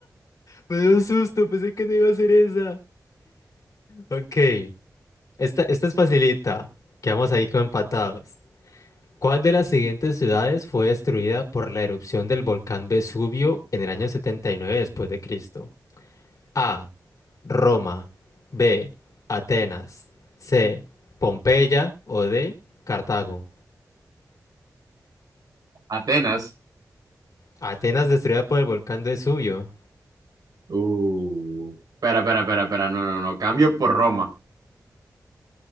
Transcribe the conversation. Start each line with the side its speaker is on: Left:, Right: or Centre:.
Left: me dio susto, pensé que no iba a ser esa. Ok, esta, esta es facilita. Quedamos ahí como empatados. ¿Cuál de las siguientes ciudades fue destruida por la erupción del volcán Vesubio en el año 79 después de Cristo? A. Roma. B. Atenas. C. Pompeya o D. Cartago.
Right: Atenas.
Left: Atenas destruida por el volcán Vesubio.
Right: Uh, espera, espera, espera, espera, no, no, no, cambio por Roma.